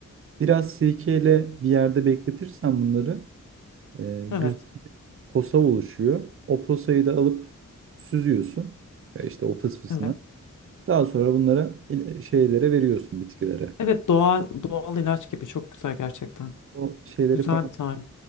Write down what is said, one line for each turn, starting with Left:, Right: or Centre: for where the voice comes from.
Right: Biraz sirkeyle bir yerde bekletirsen bunları e,
Left: Evet,
Right: güzel posa oluşuyor. O posayı da alıp süzüyorsun e, işte o fısfısına.
Left: evet.
Right: Daha sonra bunlara il- şeylere veriyorsun bitkilere.
Left: Evet doğal doğal ilaç gibi çok güzel gerçekten.
Right: O şeyleri
Left: Güzel
Right: falan,
Left: bir tarif.